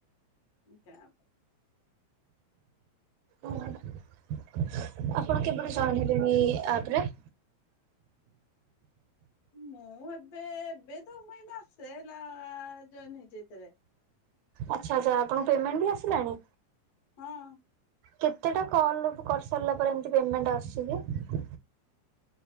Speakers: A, on the left; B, on the right.
A: କାପ
B: ହ ଆପଣ କେବେବି ଜଏନ ହେଲେଣି ଏଇ ଆପ ରେ?
A: ମୁଁ ଏବେ ଏବେ ତ ମୁଇ ମାସେ ହେଲା ଜଏନ ହେଇଛି ଏଥିରେ।
B: ଆଚ୍ଛା ଆଚ୍ଛା ଆପଣଙ୍କୁ ପେମେଣ୍ଟ ବି ଆସିଲାଣି?
A: ହଁ।
B: କେତେଟା କଲ କରି ସାରିଲା ପରେ ଏମତି ପେମେଣ୍ଟ ଆସୁଛି କି?